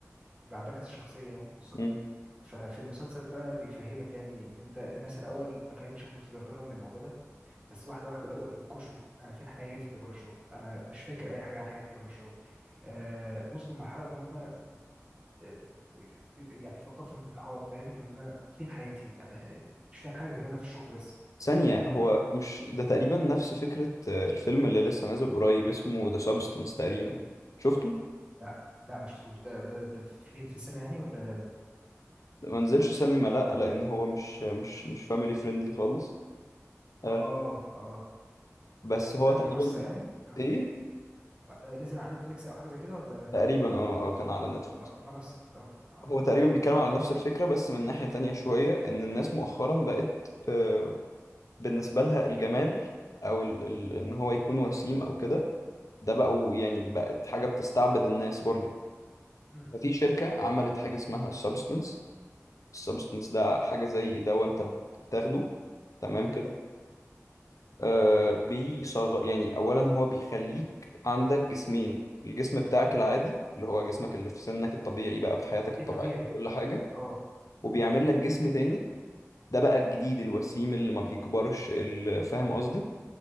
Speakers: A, on the right; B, on the left.
A: اللي عندها كذا شخصيه يعني بالظبط
B: مم.
A: ففي المسلسل بقى بيفهمك يعني ان انت الناس الاول ما كانتش متضرره من الموضوع ده بس واحده واحده بداوا ينكشوا انا فين حياتي اللي بره الشغل انا مش فاكر اي حاجه عن حياتي بره الشغل آه وصلوا لمرحله ان هم آه، آه، يعني فكروا في الانتحار فاهم ان هم فين حياتي انا مش فاهم حاجه غير انا في الشغل بس
B: ثانية هو
A: تمام
B: مش ده تقريبا نفس فكرة آه، الفيلم اللي لسه نازل قريب اسمه ذا سابستنس تقريبا شفته
A: لا لا ما شفتوش ده ده ده في- فين في السينما يعني ولا
B: ده ما نزلش سينما لا لان هو مش مش مش فاميلي فريندلي خالص
A: اه
B: آه،
A: اه
B: بس هو
A: آه،
B: تقريبا
A: منصه يعني اه
B: ايه
A: آه، نزل على نتفليكس او حاجه زي كده ولا
B: تقريبا اه آه، كان على نتفليكس
A: اه منصه اه اه
B: هو تقريبا بيتكلم على نفس الفكرة بس من ناحية تانية شوية إن الناس مؤخرا بقت آه، بالنسبة لها الجمال أو ال... ال... إن هو يكون وسيم أو كده ده بقوا يعني بقت حاجة بتستعبد الناس برضو
A: امم
B: ففي شركة عملت حاجة اسمها السبستنس السبستنس ده حاجة زي دواء أنت بتاخده تمام
A: امم
B: كده آه بيصغ يعني أولا هو بيخليك عندك جسمين الجسم بتاعك العادي اللي هو جسمك اللي في سنك الطبيعي بقى بحياتك الطبيعية
A: الطبيعي
B: كل حاجة
A: اه
B: وبيعمل لك جسم تاني ده بقى الجديد الوسيم اللي ما بيكبرش ال- فاهم قصدي